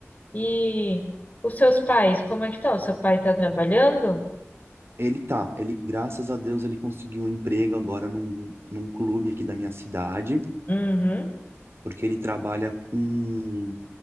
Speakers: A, on the left; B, on the right.
A: E os seus pais, como é que estão? Seu pai tá trabalhando?
B: Ele tá, ele, graças a Deus, ele conseguiu um emprego agora num, num clube aqui da minha cidade,
A: Uhum,
B: porque ele trabalha com